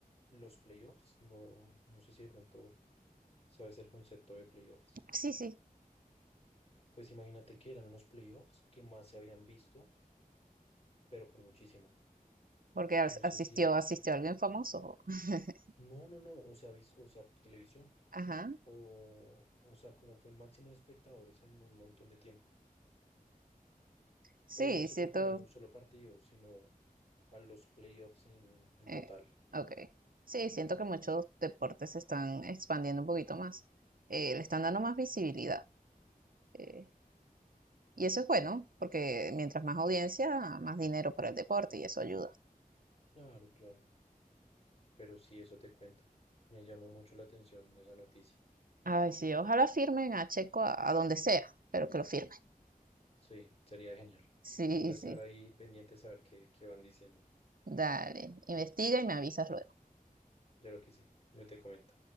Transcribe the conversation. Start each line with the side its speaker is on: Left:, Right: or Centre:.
Left: los playoffs, no, no sé si de pronto sabes el concepto de playoffs.
Right: Sí, sí,
Left: Pues imagínate que eran los playoffs que más se habían visto, pero por muchísimo.
Right: porque as-
Left: Entonces,
Right: asistió,
Left: si,
Right: asistió alguien famoso. <laughs>
Left: no, no, no, o sea, vis- o sea, por televisión.
Right: Ajá.
Left: O, o sea, como fue el máximo de espectadores en un montón de tiempo.
Right: Sí,
Left: Pero no se
Right: siento,
Left: referían a un solo partido, sino a los playoffs en, en
Right: eh,
Left: total.
Right: ok. Sí, siento que muchos deportes se están expandiendo un poquito más. Eh, le están dando más visibilidad. eh, y eso es bueno, porque mientras más audiencia, más dinero para el deporte y eso ayuda.
Left: Claro, claro. Pero sí, eso te cuento. Me llamó mucho la atención esa noticia.
Right: Ay, sí, ojalá firmen a Checo a, a donde sea, pero que lo firmen.
Left: Sí, sería genial.
Right: Sí,
Left: Voy a estar
Right: sí,
Left: ahí pendiente a saber qué, qué van diciendo.
Right: dale, investiga y me avisas luego.
Left: Claro que sí, yo te comento.